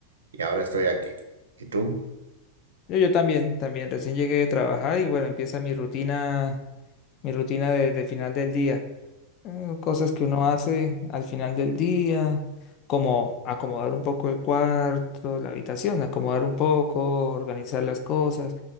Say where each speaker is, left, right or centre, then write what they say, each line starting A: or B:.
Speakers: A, on the right; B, on the left.
A: y ahora estoy aquí. ¿Y tú?
B: Yo, yo también, también. Recién llegué de trabajar y bueno, empieza mi rutina, mi rutina de, de final del día. eh, cosas que uno hace al final del día, como acomodar un poco el cuarto, la habitación, acomodar un poco, organizar las cosas.